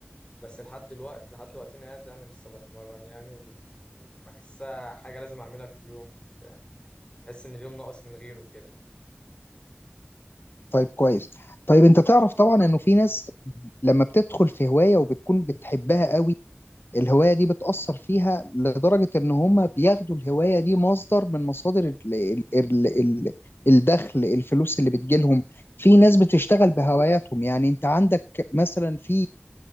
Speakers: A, on the left; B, on the left.
A: بس لحد دلوقتي لحد وقتنا هذا يعني لسه بتمرن يعني و- وبحسها حاجة لازم أعملها في اليوم بتاع بحس إن اليوم ناقص من غيره كده
B: طيب كويس طيب أنت تعرف طبعا إنه في ناس لما بتدخل في هواية وبتكون بتحبها قوي الهواية دي بتأثر فيها لدرجة إن هم بياخدوا الهواية دي مصدر من مصادر ال ال ال ال الدخل الفلوس اللي بتجيلهم في ناس بتشتغل بهواياتهم يعني أنت عندك مثلا في